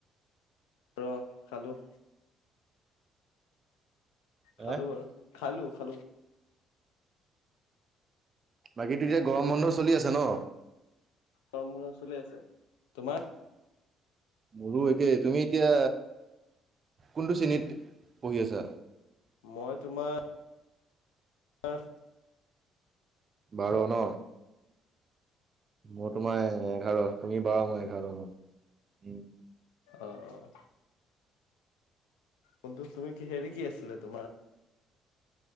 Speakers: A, on the left (about 80°); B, on the right (about 45°).
A: ৰ খালো। খালো
B: হে
A: বাৰু, খালো খালো।
B: বাকীতো এতিয়া গৰম বন্ধ চলি আছে ন?
A: গৰম বন্ধ চলি আছে। তোমাৰ
B: মোৰো একেই, তুমি এতিয়া কোনটো শ্ৰেণীত পঢ়ি আছা?
A: মই তোমাৰ আৰ
B: বাৰ ন? মই তোমাৰ এঘাৰ, তুমি বাৰ মই এঘাৰ মানে, উম।
A: অ' অ'। কিন্তু তুমি কি হেৰি কি আছিলে তোমাৰ